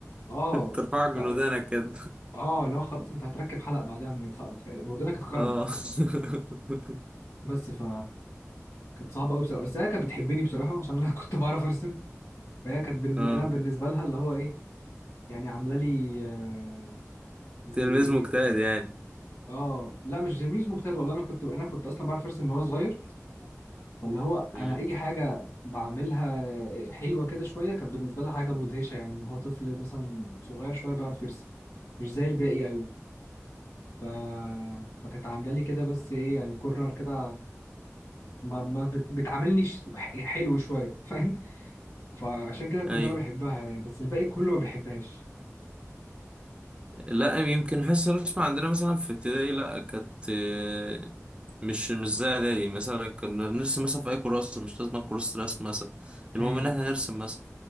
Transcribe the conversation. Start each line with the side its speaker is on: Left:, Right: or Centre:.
Left: آه
Right: <laughs> ترفعك من
Left: طيب
Right: ودانك كده
Left: آه لا خلاص أنت هتركب حلق بعدها من الخ- ودانك اتخرمت
Right: اه <laughs>
Left: بس ف كانت صعبه قوي بصراحه بس هي كانت بتحبني بصراحه عشان انا <laughs> كنت بعرف ارسم فهي كانت بن...
Right: اه
Left: انا بالنسبه لها اللي هو ايه يعني عامله لي آه زي
Right: تلميذ
Left: ايه
Right: مجتهد يعني
Left: اه لا مش مش مجتهد والله انا كنت انا كنت اصلا بعرف ارسم من وانا صغير واللي هو
Right: امم
Left: انا اي حاجه بعملها آه، حلوه كده شويه كانت بالنسبه لها حاجه مدهشه يعني ان هو طفل مثلا صغير شويه بيعرف يرسم مش زي الباقي قوي ف... فكانت عامله لي كده بس ايه يعني كورنر كده ما, ما بت... بتعاملني ش- حلو شويه فاهم فعشان كده كنت
Right: امم
Left: انا بحبها يعني بس الباقي كله ما بحبهاش
Right: لا يمكن حصة الرسم عندنا مثلا في ابتدائي لا كانت آه، مش مش زي اعدادي مثلا كنا نرسم مثلا في اي كراسة مش لازم كراسة رسم مثلا
Left: امم
Right: المهم ان احنا نرسم مثلا